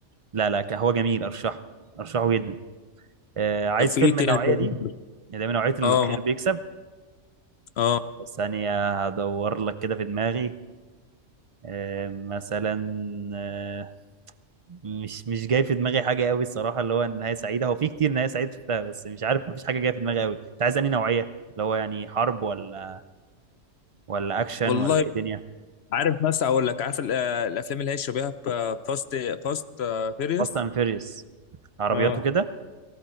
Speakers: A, on the right; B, on the left.
A: لا لا كان- هو جميل أرشحه أرشحه جدا آه، عايز
B: طب في
A: فيلم
B: ايه
A: من
B: تاني
A: النوعية
B: طيب
A: دي
B: ممكن-
A: اللي هي من نوعية الخير
B: اه ممكن-
A: بيكسب
B: اه
A: ثانية هدور لك كده في دماغي آه، مثلا آه، مش مش جاي في دماغي حاجة قوي الصراحة اللي هو نهاية سعيدة هو في كتير نهاية سعيدة شفتها بس مش عارف مفيش حاجة جاية في دماغي قوي انت عايز انهي نوعية اللي هو يعني حرب ولا ولا اكشن
B: والله
A: ولا ايه دنيا
B: عارف مثلا اقول لك عارف ال- آه، الافلام اللي هي شبيهه فاست فاست فيريوس
A: فاست اند فيريوس عربيات
B: اه
A: وكده